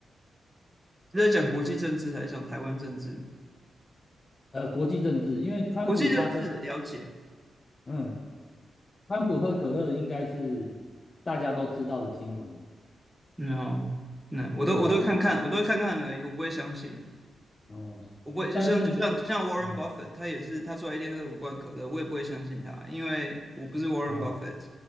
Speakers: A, in the centre; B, on the left.
A: 是在讲国际政治还是讲台湾政治？
B: 呃，国际政治，因为川普他喝可，
A: 国际政治了解，
B: 嗯，川普喝可乐应该是大家都知道的新闻嘛。
A: 然后那我都我都会看看，
B: 对啊，
A: 我都会看看而已，我不会相信。
B: 哦，
A: 我不会，
B: 但是你，
A: 就像就像就像 Warren
B: 嗯，
A: Buffett，他也是，他说他一天喝五罐可乐，我也不会相信他，因为我不是 Warren
B: 哦，
A: Buffett，